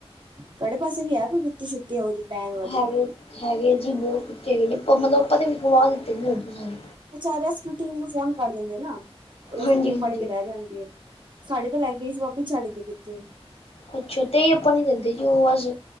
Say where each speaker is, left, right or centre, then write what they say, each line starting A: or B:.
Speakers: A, on the right (about 45°); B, on the left (about 65°).
A: ਤਾਵਡੇ ਪਾਸੇ ਵੀ ਹੈ, ਕੋਈ ਕੁੁੱਤੀ ਸ਼ੁੱਤੀ ਹੋ ਗਈ ਪੈਣ ਵਾਲੀ
B: ਹਾਂ ਹੈਗੇ ਹੈਗੇ ਜੀ ਬਹੁਤ ਤੇਜ ਮਤਲਬ ਆਪਾਂ ਨੇ ਵਿਖਵਾ ਦਿੱਤੇ ਨੇ ਉਦੋਂ ਸਾਰੇ
A: ਅੱਛਾ, ਰੈਸਕਿਊ ਟੀਮ ਨੂੰ ਫੋਨ ਕਰ ਦਿੰਦੇ ਨਾ ਉਹ ਰੈਸਕਿਊ
B: ਹਾਂਜੀ
A: ਟੀਮ
B: ਹਾਂਜੀ
A: ਫੜ੍ਹ ਕੇ ਲੈ ਜਾਂਦੀਏ ਸਾਡੇ ਤਾਂ ਲੈ ਗਏ ਸੀ, ਵਾਪਿਸ ਛੱਡ ਗਏ ਕੁੱਤੇ
B: ਅੱਛਾ, ਤੇ ਆਪਾਂ ਨੀ ਦਿੰਦੇ ਜੀ ਉਹ ਅਜ